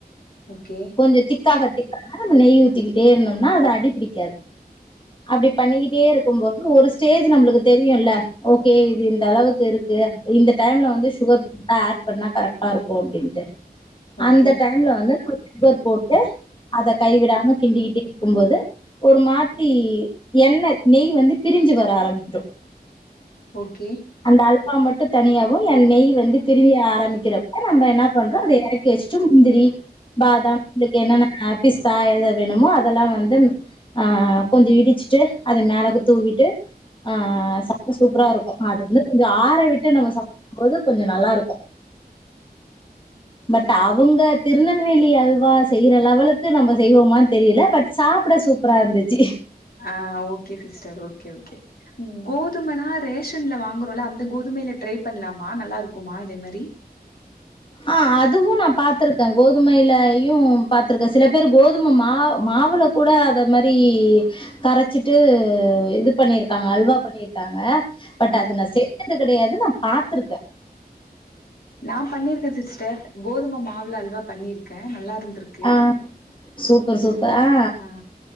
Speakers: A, on the left; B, on the left.
A: ஓகே
B: கொஞ்ச திக்காக திக்காக நம்ம நெய் ஊத்திக்கிட்டே இருந்தோம்னா அது அடி புடிக்காது அப்புடி பண்ணிக்கிட்டே இருக்கும்போது ஒரு ஸ்டேஜ் நம்ளுக்கு தெரியுல்ல ஓகே இது இந்த அளவுக்கு இருக்கு இந்த டைம்ல வந்து சுகர் இப்ப ஆட் பண்ணா கரெக்டா இருக்கு அப்டின்ட்டு
A: ஓகே
B: அந்த டைம்ல வந்து <inaudible> சுகர் போட்டு அத கைவிடாம கிண்டிக்கிட்டே இருக்குபோது ஒரு மாத்ரி எண்ணெ நெய் வந்து பிரிஞ்சு வர ஆரம்பிச்ரூ
A: ஓகே
B: அந்த அல்வா மட்டு தனியாவு என் நெய் வந்து பிரிய ஆரம்பிக்கிறப்ப நம்ப என்னா பன்றோ அத எறக் கி வெச்ட்டு முந்திரி பாதாம் உங்குளுக்கு என்னன்ன பி்ஸ்தா எத வேணுமோ அதெல்லா வந்து ஆ கொஞ்சோ இடிச்சுட்டு அத மேலகா தூவிட்டு ஆ சா ப்றோ சூப்பரா இருக்கும் அது வந்து கொஞ்சோ ஆற விட்டு நம்ம சாப்டும்போது கொஞ்ச நல்லா இருக்கு பட் அவுங்க திருநெல்வேலி அல்வா செய்ற லெவலுக்கு நம்ப செய்வோமானு தெரில பட் சாப்புட சூப் ப்பரா இருந்துச்சி
A: ஆ ஓகே சிஸ்டர் ஓகே ஓகே கோதுமனா ரேஷன்ல வாங்குறோல அந்த கோதுமையில ட்ரை பண்லாமா நல்லா இருக்குமா இதே மாரி
B: ஆ அதுவு நா பாத்துருக்க கோதுமையிலயு பாத்துருக்க சில பேரு கோதும மா மாவுல கூட அத மாரி கரச்சிட்டு இது பண்ணிருக்காங்க அல்வா பண்ணிருக் காங்க பட்
A: ஆ
B: அது நா செய்றது கிடையாது நா பாத்திருக்கே
A: நா பண்ணிருக்கே சிஸ்டர் கோதும மாவுல அல்வா பண்ணிருக்கே நல்லா இருந்திருக்
B: ஆ சூப்பர் சூப்பர் ஆ
A: ஆ